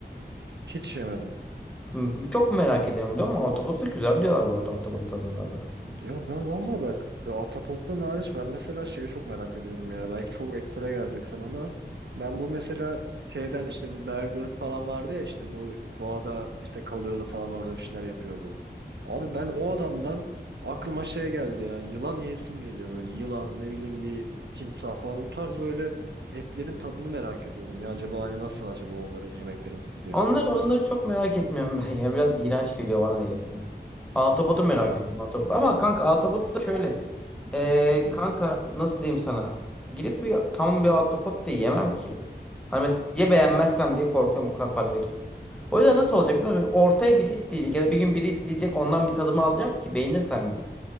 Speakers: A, on the right; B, in the centre.
A: Hiç yemedim.
B: Hı, Çok merak ediyorum biliyor musun? Autobot'u da güzel diyorlar bu arada Autobot'un tadına da.
A: Ya ben valla bak ya Atapot'tan hariç ben mesela şeyi çok merak ediyorum ya. Belki çok ekstra geleceksin ama ben bu mesela şeyden işte bu Bear Grylls falan vardı ya işte bu doğada işte kalıyordu falan orada bir şeyler yapıyordu. Abi ben o adamdan aklıma şey geldi ya. Yılan yiyesim geliyor böyle. Yılan ne bileyim bir timsah falan o tarz böyle etlerin tadını merak ediyorum ya. Acaba hani nasıl acaba onların yemeklerin tadı diye.
B: Onları, onları çok merak etmiyorum <laughs> ben ya. Biraz iğrenç geliyor bana neyse. Autobot'u merak
A: Hop.
B: ediyorum. Autobot. Ama kanka Autobot da şöyle. Ee,
A: Hı.
B: kanka nasıl diyeyim sana? Gidip bir tam bir Autobot da yemem ki. Hani mesela ya beğenmezsem diye korkuyorum o kadar para verip. O yüzden nasıl olacak biliyor musun? Ortaya biri isteyecek ya da bir gün biri isteyecek ondan bir tadımı alacağım ki beğenirsem yiyeyim.